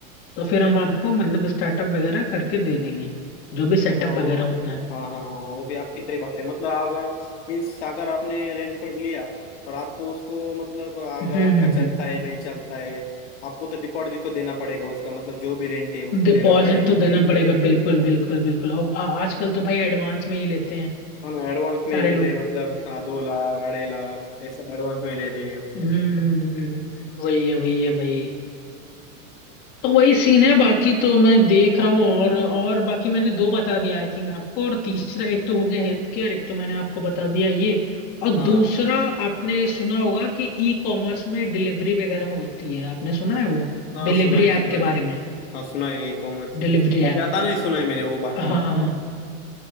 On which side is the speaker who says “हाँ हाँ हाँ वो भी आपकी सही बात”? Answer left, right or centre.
Left